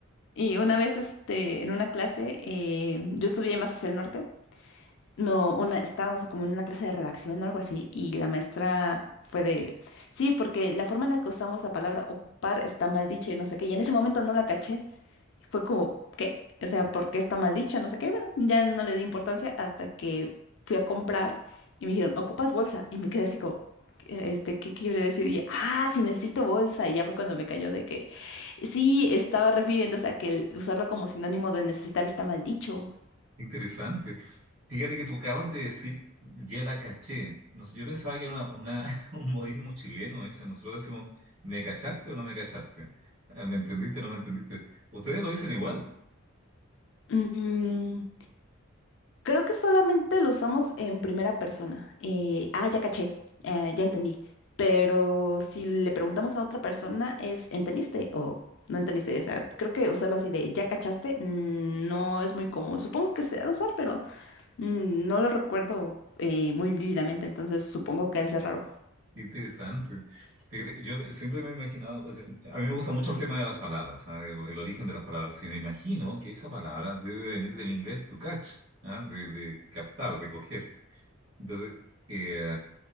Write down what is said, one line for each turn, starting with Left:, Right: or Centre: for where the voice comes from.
Left: y una vez este, en una clase, eh, yo estudié más hacia el norte. No, una, estábamos como en una clase de redacción o algo así, y la maestra fue de, sí, porque la forma en la que usamos la palabra ocupar está mal dicha y no sé qué, y en ese momento no la caché, fue como, ¿qué? O sea, ¿por qué está mal dicha? No sé qué, bueno, ya no le di importancia hasta que fui a comprar y me dijeron, ¿ocupas bolsa? Y me quedé así como, "Eh, este, ¿qué quiere decir? Y yo, ah, sí, necesito bolsa, y ya fue cuando me cayó de que, sí, estaba refiriéndose a que el usarlo como sinónimo de necesitar está mal dicho.
Right: Qué Interesante. Fíjate que tú acabas de decir, ya la caché. No sé, yo pensaba que era una, una- <laughs> un modismo chileno ese. Nosotros decimos, ¿me cachaste o no me cachaste? Ah, ¿Me entendiste o no me entendiste? Ustedes lo dicen igual.
Left: Mm, Creo que solamente lo usamos en primera persona. Eh, ah, ya caché, eh, ya entendí. Pero si le preguntamos a otra persona es ¿entendiste o no entendiste? O sea, creo que usarlo así de ya cachaste mm, no es muy común. Supongo que se ha de usar, pero mm, no lo recuerdo eh, muy vívidamente, entonces supongo que ha de ser raro.
Right: Qué interesante. Fíjate, Yo siempre me he imaginado, o sea, a mí me gusta mucho el tema de las palabras, ¿ah? El, el origen de las palabras. Y me imagino que esa palabra debe venir del inglés to catch, ¿ah? De, de captar, de coger. Entonces, eh,